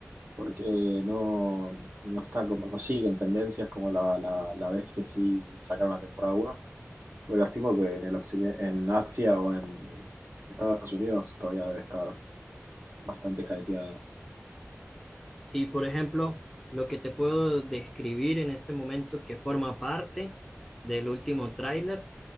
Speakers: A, on the right (about 45°); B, in the centre.
A: porque no, no está como, no siguen tendencias como la, la, la vez que sí sacaron la temporada uno Porque los tipos que en el occidente, en Asia o en Estados Unidos todavía debe estar bastante hypeada.
B: Y por ejemplo, lo que te puedo describir en este momento que forma parte del último tráiler